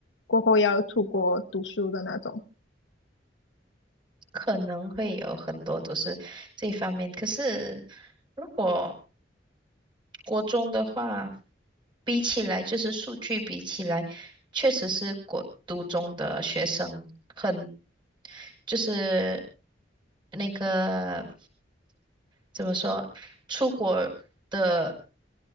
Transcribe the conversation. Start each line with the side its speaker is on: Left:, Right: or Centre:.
Left: 过后要出国读书的那种？
Right: 可能会有很多都是这一方面，可是如果国中的话。比起来，就是数据比起来，确实是国读中的学生很，就是那个怎么说，出国的